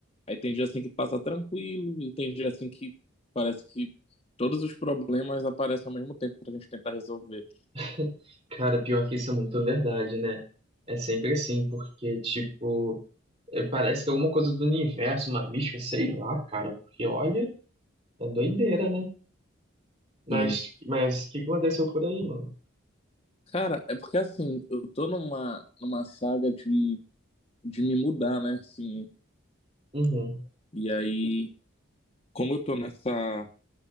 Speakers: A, on the left; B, on the right.
A: Aí tem dia, assim, que passa tranquilo e tem dia, assim, que parece que todos os problemas aparecem ao mesmo tempo pra gente tentar resolver.
B: <laughs> Cara, pior que isso é muito verdade, né? É sempre assim, porque, tipo, é, parece que é alguma coisa do universo, uma mística, sei lá, cara, porque olha, é doideira, né? Mas,
A: Sim.
B: mas o que que aconteceu por aí, mano?
A: Cara, é porque assim, eu tô numa, numa saga de, de me mudar, né? Assim,
B: Uhum.
A: e aí, como eu tô nessa